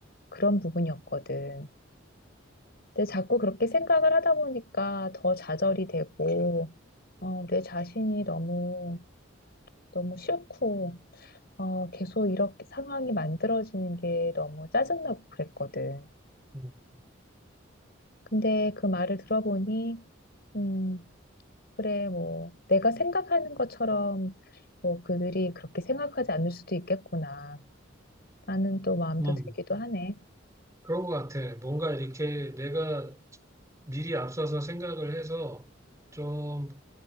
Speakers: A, on the left; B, on the right.
A: 그런 부분이었거든. 근데 자꾸 그렇게 생각을 하다 보니까 더 좌절이 되고, 어, 내 자신이 너무, 너무 싫고, 어, 계속 이렇게 상황이 만들어지는 게 너무 짜증나고 그랬거든.
B: 음.
A: 근데 그 말을 들어보니, 음, 그래, 뭐, 내가 생각하는 것처럼, 뭐, 그들이 그렇게 생각하지 않을 수도 있겠구나. 라는 또 마음도
B: 음,
A: 들기도 하네.
B: 그런 것 같아. 뭔가 이렇게 내가 미리 앞서서 생각을 해서 좀